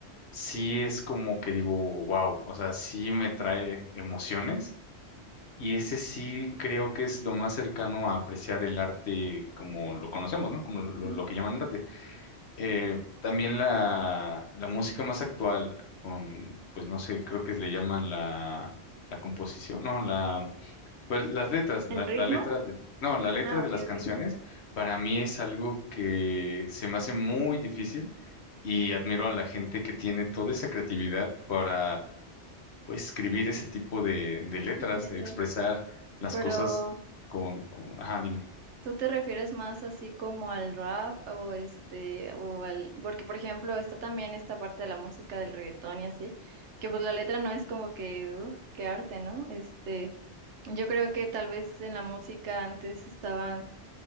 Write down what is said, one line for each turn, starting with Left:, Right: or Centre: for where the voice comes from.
Left: sí es como que digo, wow, o sea, sí me trae emociones y ese sí creo que es lo más cercano a apreciar el arte como lo conocemos, ¿no? Como lo,
Right: Ujú.
Left: lo que llaman arte. Eh, también la, la música más actual, con, pues no sé, creo que le llaman la, la composición, no, la, pues las letras, la,
Right: ¿El ritmo?
Left: la letra de, no, la letra
Right: Ah,
Left: de
Right: ok,
Left: las canciones,
Right: ok.
Left: para mí es algo que se me hace muy difícil y admiro a la gente que tiene toda esa creatividad para pues, escribir ese tipo de, de letras,
Right: de letras.
Left: de expresar las
Right: Pero
Left: cosas con, con, ajá, dime,
Right: ¿Tú te refieres más así como al rap o este o al porque por ejemplo está también esta parte de la música del reggaetón y así, que pues la letra no es como que uf, qué arte, ¿no? Este, yo creo que tal vez en la música antes estaban